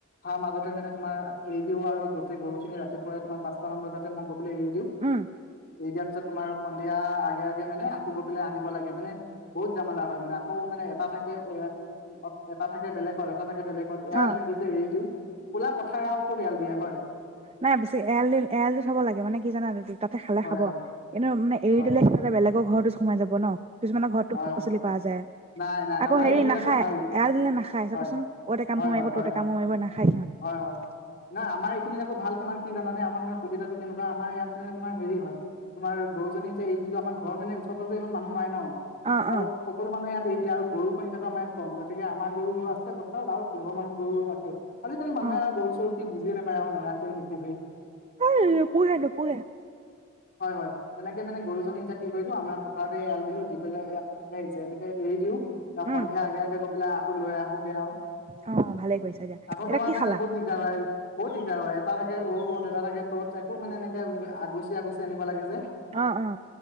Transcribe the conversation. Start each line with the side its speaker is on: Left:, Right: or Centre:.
Left: মাজতে মানে তোমাৰ এৰিদিও আৰু গোটেই গৰুখিনি ৰাতিপুৱাই তোমাৰ পাঁচটা মান বজা মই হলে এৰিদিও।
Right: উম
Left: এৰি দিয়াৰ পিছত তোমাৰ সন্ধিয়া আগে আগে মানে আকৌ গৈ পেলাই আনিব লাগে। মানে বহুত জামেলা হয়। আকৌ মানে এটা থাকে এ, এটা থাকে বেলেগত, এটা থাকে বেলেগ কত এৰাল
Right: অ'
Left: নিদিওঁ যে এৰি দিওঁ। কোলা পথাৰআয়ো কত এয়াল দিয়া হয়।
Right: নাই বেছি এৰাল দি এৰাল দি থ'ব লাগে মানে কি জানা, তাতে খালে
Left: হয়
Right: খাব।
Left: হয়
Right: কিন্তু মানে এৰি
Left: হয়
Right: দিলে সিহঁতে বেলেগ আকৌ ঘৰতোত সোমাই যাব ন। কিছুমানৰ ঘৰতটো
Left: হয়
Right: শাক
Left: হয়
Right: পাচলি কৰা যায়
Left: নাই নাই
Right: আকৌ
Left: আমাৰ
Right: হেৰি
Left: এইখিনিত
Right: নাখায়।
Left: আকৌ ভাল
Right: এৰাল দিলে নাখায়। চাবাচোন,
Left: হয়
Right: অত কামোৰ
Left: হয়
Right: মাৰিব,
Left: হয় হয়
Right: তত
Left: হয়
Right: কামোৰ মাৰিব, নাখায় সিহঁতে।
Left: হয় হয় হয় নাই আমাৰ এইখিনিত আকৌ ভাল তোমাৰ কি জানানে, আমাৰমে অসুবিধাটো কেনেকুৱা? আমাৰ ইয়াত মানে তোমাৰ হেৰি হয়, তোমাৰ গৰুজনী যে এৰি দিলোঁ। আমাৰ ঘৰ মানে ওচৰ পাজৰৰ ইমান মানুহ নাই ন।
Right: অ
Left: আৰু
Right: অ
Left: সকলো মানুহে ইয়াত এৰি আৰু গৰুৰ সংখ্যাটো আম ইাত কম গতিকে আমাৰ গৰুও আছে বতৰত আৰু কেইঘৰমান গৰুও আছে। আজি কালি মানুহে
Right: অ
Left: আৰু গৰু চৰু সি বুজিয়ে নাপায় আৰু নেৰাখে নুপূহেই।
Right: অ' নুপূহে নুপুহে।
Left: হয় হয় তেনেকে মানে গৰুজনী এতিয়া কি কৰিলো আমাৰ পথাৰতে এৰাল দিলো পেলাই <unintelligible> এইয়ালে আহিছে অনেকে এৰিদিও। ত'
Right: উম
Left: সন্ধিয়া আগে আগে গৈ পেলাই আকৌ লৈ আহোঁগৈ আৰু।
Right: অ ভালে কৰিছা দিয়া
Left: আকৌ
Right: এতিয়া
Left: তোমাৰ
Right: কি
Left: মানে
Right: খালা
Left: বহুত দিগদাৰ হয়, বহুত দিগদাৰ হয়। এটা থাকে এ অ-অদ এটা থাকে ত'ত একো মানে এনেকে আগুচি আগুচি আনিব লাগে যে।
Right: অ', অ।